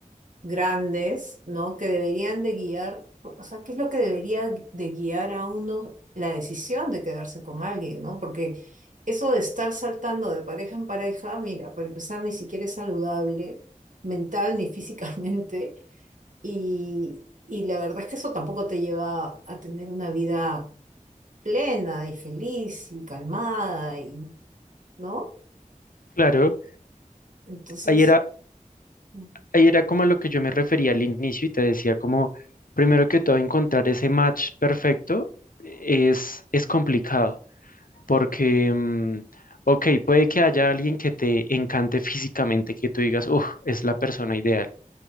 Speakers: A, on the right; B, on the left.
A: grandes, ¿no? Que deberían de guiar, o sea, ¿qué es lo que debería de guiar a uno la decisión de quedarse con alguien, ¿no? Porque eso de estar saltando de pareja en pareja, mira, para empezar, ni siquiera es saludable mental ni <laughs> físicamente, y, y la verdad es que eso tampoco te lleva a tener una vida plena y feliz y calmada, y, ¿no?
B: Claro,
A: Entonces,
B: ahí era
A: mm,
B: ahí era como a lo que yo me refería al inicio y te decía como, primero que todo, encontrar ese match perfecto es, es complicado, porque, mm, ok, puede que haya alguien que te encante físicamente, que tú digas, uff, es la persona ideal,